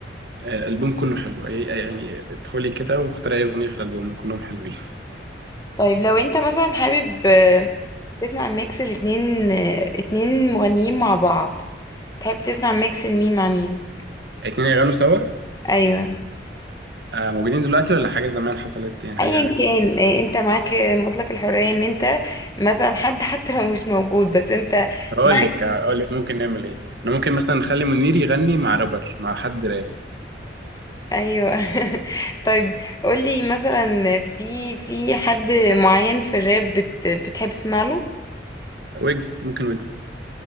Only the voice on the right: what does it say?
آه، الألبوم كله حلو يعني يعني ادخلي كده واختاري أي أغنية في الألبوم كلهم حلوين
اتنين يغنوا سوا
آه، موجودين دلوقتي ولا حاجة زمان حصلت يعني
حاجة
هقول
لك هقول لك ممكن نعمل إيه أنا ممكن مثلا نخلي منير يغني مع رابر مع حد راب
ويجز ممكن ويجز